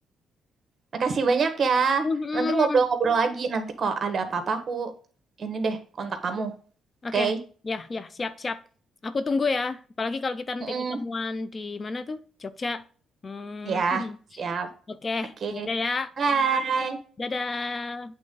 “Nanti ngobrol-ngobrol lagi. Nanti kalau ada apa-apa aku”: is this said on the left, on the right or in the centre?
Right